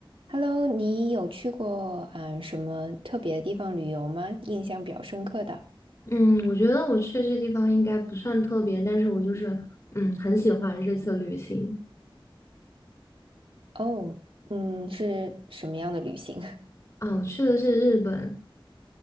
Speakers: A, on the right; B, on the left.
A: Hello，你有去过嗯什么特别的地方旅游吗？印象比较深刻的
B: 嗯，我觉得我去这地方应该不算特别，但是我就是嗯很喜欢这次旅行
A: 哦，嗯，是什么样的旅行？
B: 啊。我去的是日本，